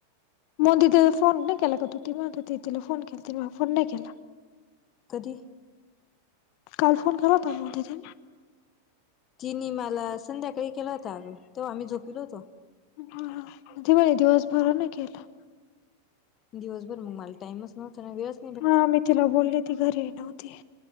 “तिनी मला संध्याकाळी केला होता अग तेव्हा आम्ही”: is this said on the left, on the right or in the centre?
Left